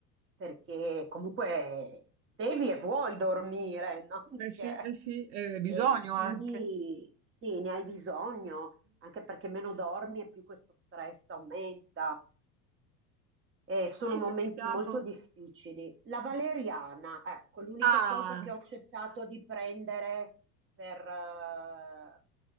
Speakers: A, on the right; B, on the right.
A: perché comunque devi e vuoi dormire, <laughs> non
B: eh sì,
A: che...
B: eh sì, eh, bisogno
A: E quindi
B: anche.
A: sì, ne hai bisogno anche perché meno dormi e più questo stress aumenta. Eh,
B: Ti è
A: sono
B: mai
A: momenti
B: capitato
A: molto difficili. La valeriana,
B: di
A: ecco, l'unica
B: ah,
A: cosa che ho accettato di prendere per... eh,